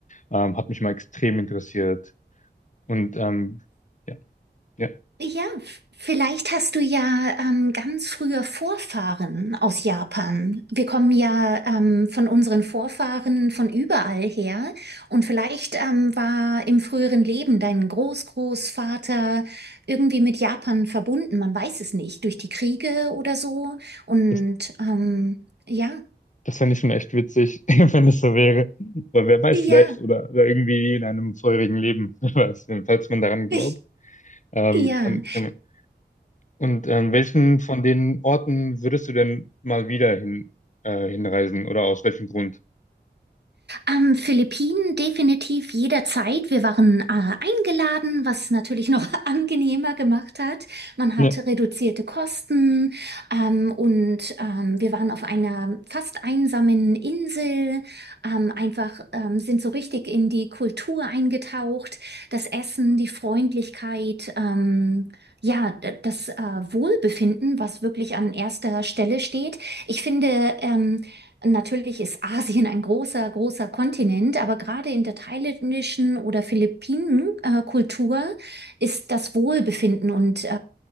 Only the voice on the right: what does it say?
Ja, f- vielleicht hast du ja ähm, ganz frühe Vorfahren aus Japan. Wir kommen ja ähm, von unseren Vorfahren von überall her. Und vielleicht ähm, war im früheren Leben dein Großgroßvater irgendwie mit Japan verbunden. Man weiß es nicht, durch die Kriege oder so. Und
ähm, ja,
ja,
ich,
ja.
Ähm, Philippinen definitiv jederzeit. Wir waren äh, eingeladen, was natürlich noch <laughs> angenehmer gemacht hat. Man
hatte reduzierte Kosten ähm, und ähm, wir waren auf einer fast einsamen Insel. Ähm, einfach ähm, sind so richtig in die Kultur eingetaucht. Das Essen, die Freundlichkeit, ähm, ja, d- das äh, Wohlbefinden, was wirklich an erster Stelle steht. Ich finde, ähm, Natürlich ist Asien ein großer, großer Kontinent, aber gerade in der thailändischen oder Philippinen-Kultur ist das Wohlbefinden und äh,